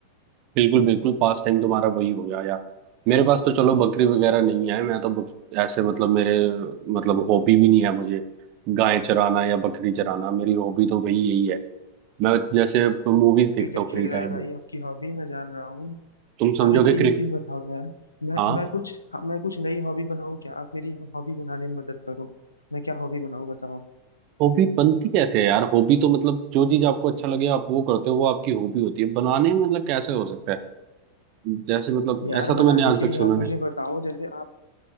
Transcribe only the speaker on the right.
बिल्कुल बिल्कुल पास टाइम तुम्हारा वही हो गया यार मेरे पास तो चलो बकरी वगैरह नहीं है मैं तो बक, ऐसे मतलब मेरे मतलब हॉबी भी नहीं है मुझे गाय चराना या बकरी चराना मेरी हॉबी तो वही यही है मैं जैसे मूवीज देखता
हूँ
फ्री टाइम
में
तुम समझोगे
क्रिक
हाँ
हॉबी बनती कैसे है यार हॉबी तो मतलब जो चीज आपको अच्छा लगे आप वो करते हो वो आपकी हॉबी होती है बनाने में मतलब कैसे हो सकता है जैसे मतलब
ऐसा
तो मैंने आज
तक
सुना
नहीं